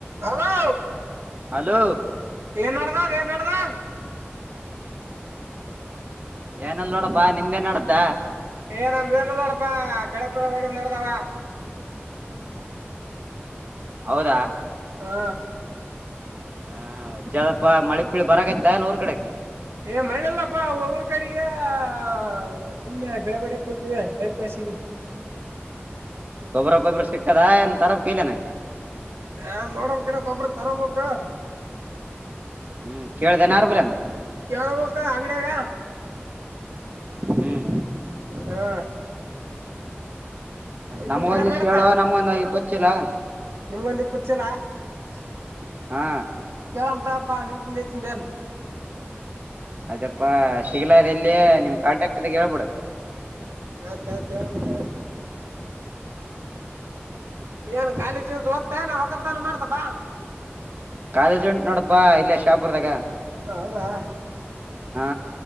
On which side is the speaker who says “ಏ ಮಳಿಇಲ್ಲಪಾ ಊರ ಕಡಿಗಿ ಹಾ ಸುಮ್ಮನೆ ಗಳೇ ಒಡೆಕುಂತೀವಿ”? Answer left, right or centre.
Right